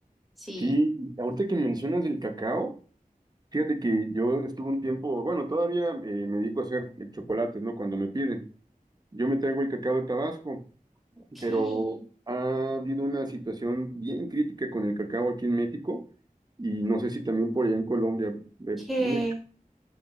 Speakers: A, in the centre; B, on the right.
A: Sí,
B: Sí, y ahorita que mencionas el cacao, fíjate que yo estuve un tiempo, bueno, todavía eh, me dedico a hacer eh, chocolates, ¿no? Cuando me piden. Yo me traigo el cacao de Tabasco,
A: ok.
B: pero ha habido una situación bien crítica con el cacao aquí en México y no sé si también por allá en Colombia, eh,
A: que
B: una